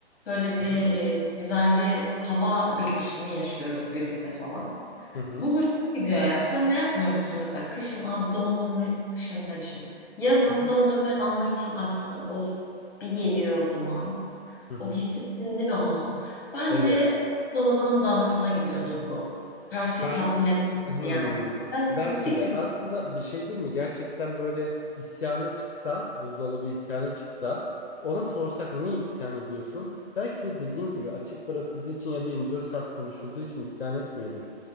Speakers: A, on the left; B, on the left.
A: Böyle bir
B: hı hı,
A: e, güzel bir hava birleşimi yaşıyoruz birlikte falan.
B: hı hı,
A: Bu hoşuma gidiyor ya. Sen ne yapmıyor musun mesela? Kışın abi dondurma, kışın demişim. Yazın
B: hı hı,
A: dondurmayı almak için açtın. Of bir geliyor o duman.
B: hı hı.
A: O hissettin değil mi onu? Bence
B: Evet.
A: dolabının daha hoşuna gidiyordur bu. Karşıyı
B: Bel
A: tatmin etmek
B: Hmm,
A: yani. Biraz
B: belki
A: toksik
B: de aslında bir şey değil mi? Gerçekten böyle isyanı çıksa, buzdolabı isyanı çıksa, ona sorsak niye isyan ediyorsun? Belki de dediğin gibi açık bırakıldığı için ya da 24 saat konuşulduğu için isyan etmiyordur.